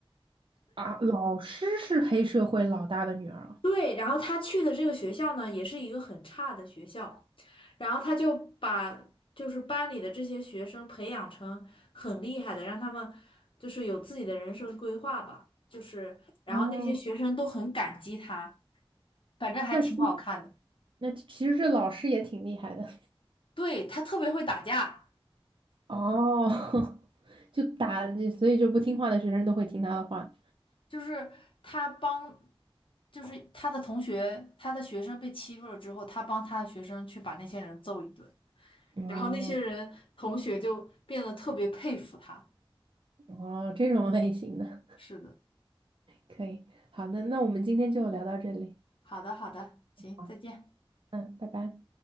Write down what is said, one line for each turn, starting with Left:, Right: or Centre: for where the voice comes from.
Right: 啊，老师是黑社会老大的女儿啊。
Left: 对，然后他去的这个学校呢，也是一个很差的学校，然后他就把就是班里的这些学生培养成很厉害的，让他们就是有自己的人生规划吧，就是然后那些学生都很感激他，
Right: 哦，
Left: 反正还挺好看的。
Right: 那其那其实这老师也挺厉害的。<laughs>
Left: 对，他特别会打架，
Right: 哦，<laughs> 就打，所以就不听话的学生都会听他的话。
Left: 就是他帮，就是他的同学，他的学生被欺负了之后，他帮他的学生去把那些人揍一顿，
Right: 哦
Left: 然后那些人同学就变得特别佩服他。
Right: 哦，这种类型的
Left: 是的，
Right: 可以。好，那那我们今天就聊到这里。
Left: 好的，好的，行，
Right: 好，
Left: 再见。
Right: 嗯，拜拜。